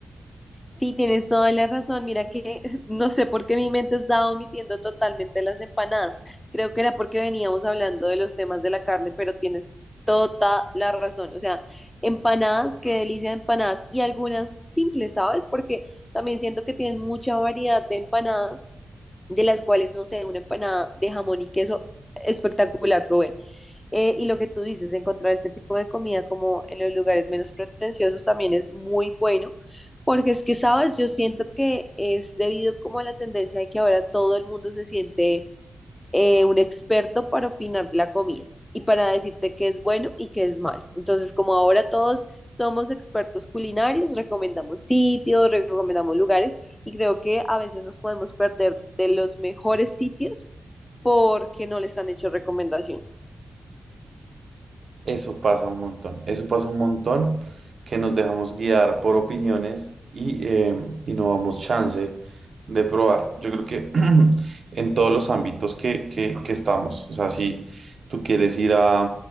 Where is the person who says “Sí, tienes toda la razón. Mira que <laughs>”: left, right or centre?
Left